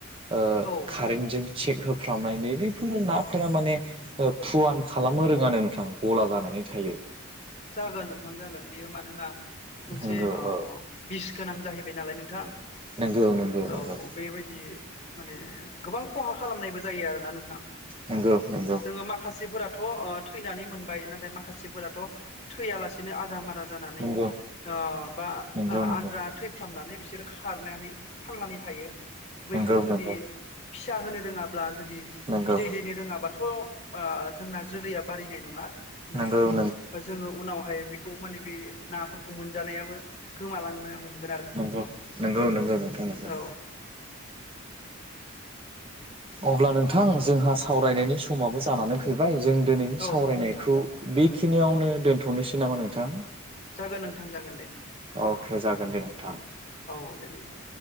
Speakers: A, on the right; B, on the left.
A: ओ
B: औ
A: कारेंजों सिट होफ्रामनाय नै बेेफोर नाफोरा माने ओ फुवान खालामनो रोङानो नोंथां गला जानानै थायो
B: जागोन नोंथां जागोन बियो मानोना मोनसे
A: नंगौ औ
B: बिस गोनां जाहैबाय नालाय नोंथां
A: नंगौ नंगौ
B: औ
A: नंगौ
B: बेबायदि माने गोबां खहा खालामनायबो जायो आरोना नोंथां नोंथां
A: नंगौ नंगौ
B: जोङो माखासे फोराथ' ओ थैनानै मोनबाय नाथाय माखासेफोराथ' थैयालासेनो आदा मारा जानानै
A: नंगौ
B: अ बा
A: नंगौ नंगौ
B: आद्रा थैफ्रामनानै बिसोरो खारनानै थांनानै थायो बैफोरो
A: नंगौ
B: जुदि
A: नंगौ
B: फिसा होनो रोङाब्ला जुदि
A: नंगौ
B: बिदै दैनो रोङाबाथ' खौ जोंना जोलैया बारयनाय नङा माने
A: नंगौ नंगौ
B: बा जोङो उनावहाय बेखौ माने बे नाफोरखौ मोनजानायाबो गोमालांनो हमो
A: नंगौ नंगौ नंगौ नोंथां नांगौ
B: औ
A: अब्ला नोंथां जोंहा सावरायनायनि समाबो जानानै फैबाय जों दिनैनि
B: औ
A: सावरायनायखौ
B: नोंथां
A: बेखिनियावनो दोनथ'नोसै नामा नोंथां
B: जागोन नोंथां जागोन दे
A: अके जागोन दे नोंथां
B: औ दे नोंथां